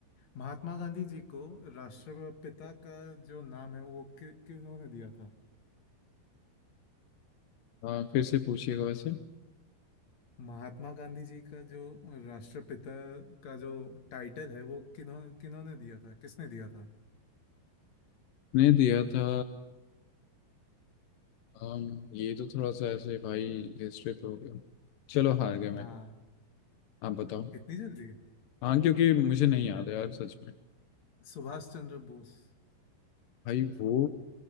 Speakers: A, on the left (about 45°); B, on the left (about 70°).
A: महात्मा गांधी जी को राष्ट्रपिता का जो नाम है वो कि, किन्होंने दिया था
B: हाँ फिर से पूछिएगा वैसे
A: महात्मा गांधी जी का जो राष्ट्रपिता का जो टाइटल है वो किन्हों किन्होंने दिया था किसने दिया था
B: ने दिया था अम, ये तो थोड़ा सा ऐसे भाई हिस्ट्री पे हो गया चलो हार गया मैं
A: हाँ
B: आप बताओ
A: इतनी जल्दी
B: हाँ क्योंकि मुझे नहीं
A: ठीक
B: याद
A: है
B: है यार सच में
A: सुभाष चंद्र बोस
B: भाई वो